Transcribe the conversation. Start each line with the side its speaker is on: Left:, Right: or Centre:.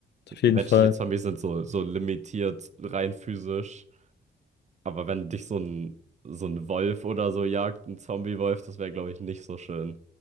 Left: auf jeden
Right: Menschliche
Left: Fall.
Right: Zombies sind so, so limitiert rein physisch. Aber wenn dich so ein, so ein Wolf oder so jagt, ein Zombie-Wolf, das wäre, glaube ich, nicht so schön.